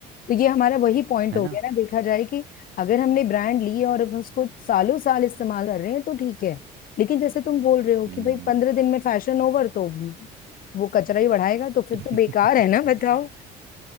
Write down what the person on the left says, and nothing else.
तो ये हमारा वही पॉइंट
हो
गया ना देखा जाए कि अगर हमने ब्रांड ली और अब उसको सालों साल इस्तेमाल कर रहे हैं तो ठीक है लेकिन जैसे तुम बोल रहे हो
कि भाई पंद्रह दिन में फैशन ओवर तो वो कचरा ही बढ़ाएगा तो फिर
तो बेकार है ना बताओ